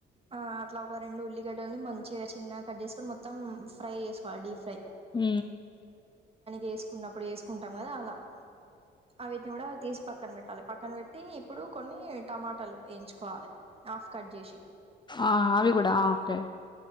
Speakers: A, on the right; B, on the left.
A: ఆ అత్త అట్లా ఒక రెండు ఉల్లిగడ్డాలని మంచిగా చిన్నగా కట్ చేసుకొని మొత్తం ఫ్రై చేసుకోవాలి డీప్ ఫ్రై
B: ఉ
A: చేసుకున్నప్పుడే వేసుకో వేసుకుంటాం కదా అలా అటిని కూడా తీసి పక్కన పెట్టాలి పక్కన పెట్టి ఇప్పుడు కొన్ని టమాటాలు టమాటాలు వేయించుకోవాలి ఆఫ్ కట్ చేసి
B: ఆ అవి కూడా ఓకే